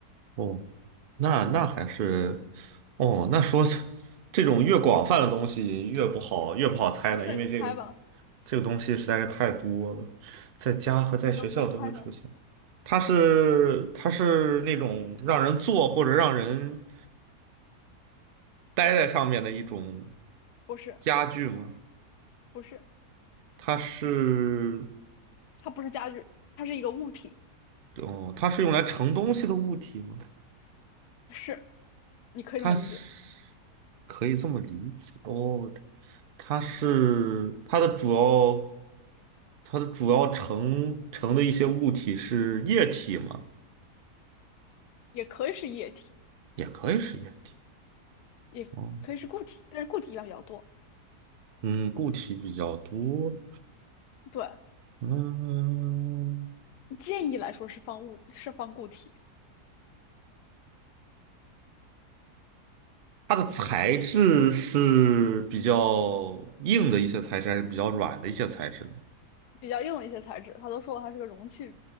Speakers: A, on the right; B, on the left.
A: 哦，那那还是，哦，那说这种越广泛的东西越不好，越不好猜呢，
B: 没事你猜吧，
A: 因为这个这个东西实在是太多了，在家和在学校都会出现。
B: 你都没猜呢，
A: 它是它是那种让人坐或者让人待在上面的一种
B: 不是，
A: 家具吗？
B: 不是，
A: 它是，
B: 它不是家具，它是一个物品，
A: 哦，它是用来盛东西的物体吗？
B: 是，你可以这么理解。
A: 它是可以这么理解哦，它是它的主要它的主要成成的一些物体是液体吗？
B: 也可以是液体，
A: 也可以是液体
B: 也可以是固体，
A: 哦，
B: 但是固体一般比较多。
A: 嗯，固体比较多，
B: 对，
A: 嗯，
B: 建议来说是放物，是放固体，
A: 它的材质是比较硬的一些材质，还是比较软的一些材质呢？
B: 比较硬的一些材质，它都说了它是个容器，